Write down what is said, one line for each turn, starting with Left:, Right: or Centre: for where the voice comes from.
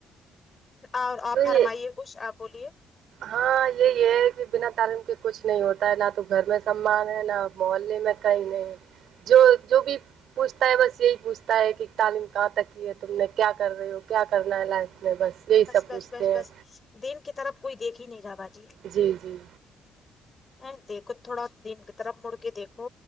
Left: اور آپ
Right: تو
Left: فرمائیے
Right: یہ
Left: کچھ آپ بولیے
Right: ہاں یہی ہیں کہ بنا تعلیم کے کچھ نہیں ہوتا ہے نہ تو گھر میں سمان ہے نہ محلے میں کہیں نہیں جو جو بھی پوچھتا ہے بس یہی پوچھتا ہے کہ تعلیم کہاں تک کی ہے تم نے کیا کر رہی ہو کیا کرنا ہے لائف میں بس یہی سب
Left: بس
Right: پوچھتے
Left: بس بس
Right: ہیں
Left: دین کی طرف کوئی دیکھ ہی نہیں رہا باجی
Right: جی جی
Left: ا دیکھو تھوڑا دین کی طرف مڑ کے دیکھو